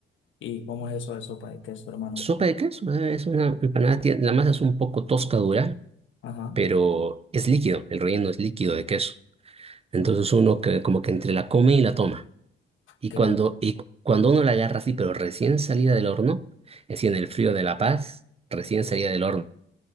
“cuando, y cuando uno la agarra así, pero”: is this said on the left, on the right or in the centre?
Right